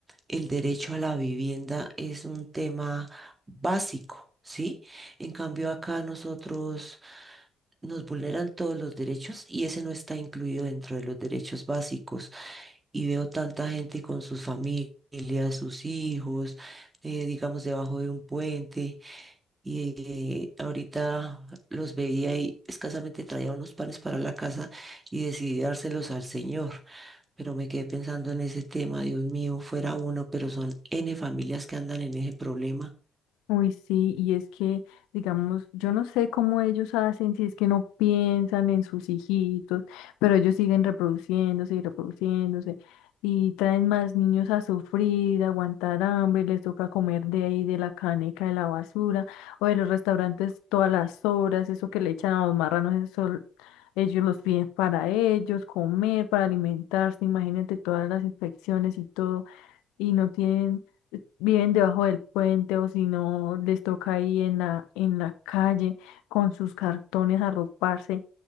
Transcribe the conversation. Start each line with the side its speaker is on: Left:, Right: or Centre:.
Right: el derecho a la vivienda es un tema básico, ¿sí? En cambio acá nosotros nos vulneran todos los derechos y ese no está incluido dentro de los derechos básicos. Y veo tanta gente con sus familias, sus hijos, eh, digamos, debajo de un puente. Y eh, ahorita los veía y escasamente traía unos panes para la casa y decidí dárselos al Señor. Pero me quedé pensando en ese tema, Dios mío, fuera uno, pero son N familias que andan en ese problema.
Left: Uy, sí, y es que, digamos, yo no sé cómo ellos hacen, si es que no piensan en sus hijitos, pero ellos siguen reproduciéndose y reproduciéndose y traen más niños a sufrir, a aguantar hambre, les toca comer de ahí, de la caneca, de la basura o de los restaurantes todas las horas, eso que le echan a los marranos, eso l- ellos los piden para ellos, comer, para alimentarse, imagínate todas las infecciones y todo. y no tienen, eh, viven debajo del puente o si no les toca ahí en la, en la calle con sus cartones arroparse